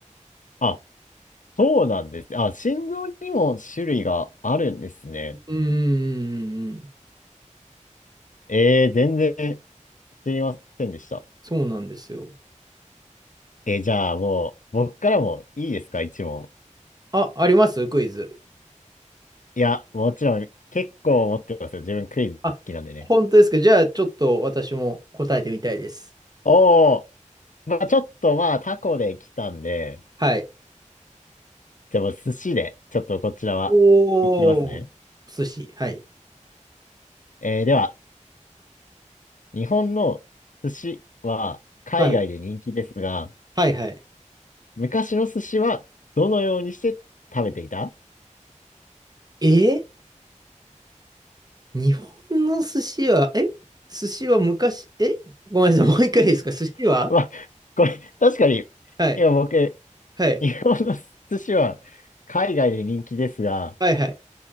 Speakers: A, on the left; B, on the right.
A: あそうなんです。あ、心臓にも種類があるんですね。
B: うーん、
A: えー、全然知りませんでした。
B: そうなんですよ。
A: えーじゃあもう、僕からもいいですか、一問。
B: あ、ありますクイズ。
A: いや、もちろん、結構持ってますよ。自分クイズ好きなんでね。
B: あ、本当ですか。じゃあちょっと私も答えてみたいです。
A: おー、まあちょっとまあタコで来たんで、
B: はい。
A: じゃあもう寿司で、ちょっとこちらは、
B: おー、
A: いきますね。
B: 寿司。はい。
A: えーでは、日本の寿司は海外で人気ですが、
B: はい。はい、はい。
A: 昔の寿司はどのようにして食べていた
B: えー日本の寿司は、え寿司は昔、えごめんなさい、もう一回いいですか寿司は
A: <laughs> まあ、これ、確かに、
B: はい。
A: 今僕、
B: はい。
A: 日本の寿司は海外で人気ですが、っ
B: はい、はい。